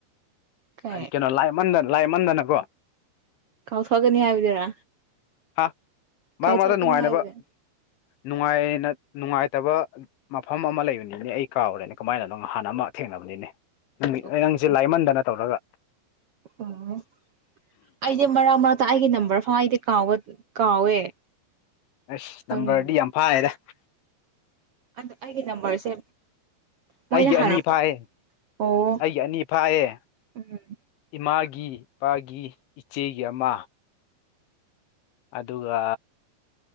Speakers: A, on the right (about 80°); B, on the left (about 85°).
A: ꯀꯩ
B: ꯀꯩꯅꯣ ꯂꯥꯏꯃꯟꯗꯅ ꯂꯥꯏꯃꯟꯗꯅꯀꯣ
A: ꯀꯥꯎꯊꯣꯛꯀꯅꯤ ꯍꯥꯏꯕꯗꯨꯔ
B: ꯍꯥ ꯃꯔꯛ
A: ꯀꯥꯎꯊꯣꯛꯀꯅꯤ
B: ꯃꯔꯛꯇ ꯅꯨꯡꯉꯥꯏꯅꯕ
A: ꯍꯥꯏꯕꯗ
B: ꯅꯨꯡꯉꯥꯏꯅ ꯅꯨꯡꯉꯥꯏꯇꯕ ꯃꯐꯝ ꯑꯃ ꯂꯩ ꯑꯗꯨꯅꯤꯅꯦ ꯑꯩ ꯀꯥꯎꯔꯦꯅꯦ ꯀꯃꯥꯏꯅ ꯑꯗꯨꯣ ꯅꯥꯟ ꯑꯃ ꯊꯦꯡꯅꯕꯅꯤꯅꯦ ꯅꯨꯃꯤꯠ
A: ꯑꯣ
B: ꯅꯪꯁꯦ ꯂꯥꯏꯃꯟꯗꯅ ꯇꯧꯔꯒ
A: ꯑꯣ ꯑꯩꯗꯤ ꯃꯔꯛ ꯃꯔꯛꯇ ꯑꯩꯒꯤ ꯅꯝꯕꯔ ꯐꯥꯎ ꯑꯩꯗꯤ ꯀꯥꯎ ꯀꯥꯎꯋꯦ
B: ꯑꯁ ꯅꯝꯕꯔꯗꯤ
A: ꯈꯪꯗꯦ
B: ꯌꯥꯝ ꯐꯥꯌꯦꯗ
A: ꯑ ꯑꯩꯒꯤ ꯅꯝꯕꯔꯁꯦ ꯃꯣꯏꯅ
B: ꯑꯩꯒꯤ
A: ꯍꯥꯏꯔꯛꯄ
B: ꯑꯅꯤ ꯐꯥꯏ
A: ꯑꯣ
B: ꯑꯩꯒꯤ ꯑꯅꯤ ꯐꯥꯏꯌꯦ
A: ꯎꯝ
B: ꯏꯃꯥꯒꯤ ꯏꯄꯥꯒꯤ ꯏꯆꯦꯒꯤ ꯑꯃ ꯑꯗꯨꯒ